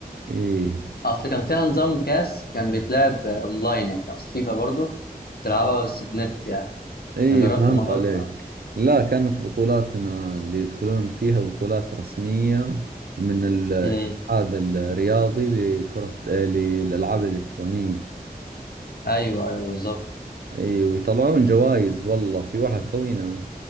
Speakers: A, on the right; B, on the left.
A: ايه
B: اصل كان فيها نظام كاس كان بيتلعب آه، اونلاين يعني نفس فيفا برضو تلعبها بس بنت يعني
A: ايه
B: فجربت
A: فهمت
B: الموضوع
A: عليك
B: ده انا
A: لا كانت بطولاتنا اللي يدخلون فيها بطولات رسمية ومن الاتحاد
B: امم
A: الرياضي لكرة آه، للألعاب الإلكترونية
B: ايوه ايوه بالظبط
A: ايه ويطلعون جوائز والله في واحد خوينا